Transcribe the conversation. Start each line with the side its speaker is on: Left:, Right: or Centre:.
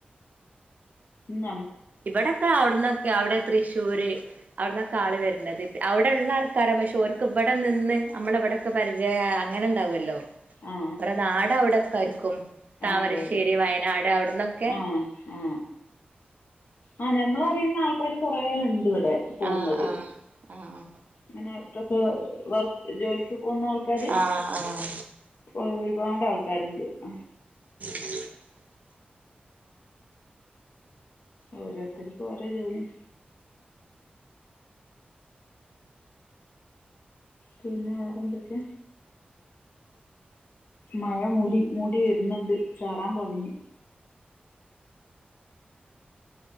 Left: ഉം
Right: ഇവിടെക്കെ അവിട്ന്നൊക്കെ അവിടെ തൃഷ് തൂര് അവിടെന്നൊക്ക ആള് വരുന്ണത് അവിടടെള്ള ആൾക്കാരാ പക്ഷോർക്ക് ഇവിടെ നിന്ന് അമ്മളവിടെക്ക പരിചയായ അങ്ങനെണ്ടാവൊല്ലോ
Left: ആ
Right: ഓരെ ന്നാട് അവ്ടക്കർക്കും താമരശ്ശേരി
Left: അതെ അതെ
Right: വയനാട് അവ്ടന്നൊക്കെ
Left: ആ ആ ആ ഞമ്മളറിയുന്ന ആൾക്കാര് കൊറേ ഇണ്ട് ഇവ്ടെ പോകുന്നത്
Right: ആഹ് ആഹ് ആഹ്
Left: അങ്ങനെ പ്രസ് വർക്ക് ജോലിക്ക് പോകുന്ന ആൾക്കാര്
Right: ആഹ് ആഹ്
Left: ഒരുപാട് ആൾക്കാരുണ്ട് അ
Right: <inaudible>
Left: ഓരോരുത്തർക്കും ഓരോ ജോലിം പിന്നെ വേറെന്തക്കെ മഴ മൂടി
Right: പിന്നെ
Left: മൂടി വര്ന്ന്ണ്ട് ചാറാൻ തൊടങ്ങി